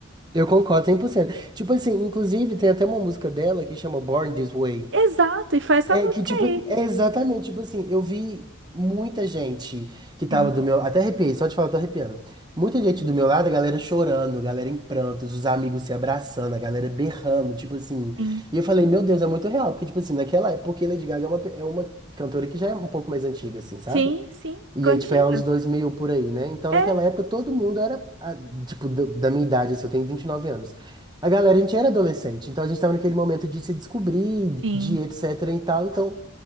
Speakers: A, on the right (about 20°); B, on the right (about 65°).
A: Eu concordo 100%. Tipo assim, inclusive tem até uma música dela que chama Born This Way.
B: Exato, e foi essa
A: É
B: música
A: que tipo,
B: aí.
A: é exatamente, tipo assim, eu vi muita gente que tava
B: Sim,
A: do meu, lado, até arrepiei, só de falar eu tô arrepiando. Muita gente do meu lado, a galera chorando, a galera em prantos, os amigos se abraçando, a galera berrando, tipo assim.
B: sim.
A: E eu falei, meu Deus, é muito real, porque tipo assim, naquela, época, porque Lady Gaga é uma, pe- é uma cantora que já é um pouco mais antiga assim, sabe?
B: Sim, sim,
A: E
B: contigo.
A: aí, tipo, é anos 2000 por aí, né? Então,
B: É,
A: naquela época, todo mundo era, ah, tipo, da da minha idade, assim, eu tenho 29 anos. A galera, a gente era adolescente, então a gente tava naquele momento de se descobrir,
B: sim.
A: de etc e tal. Então,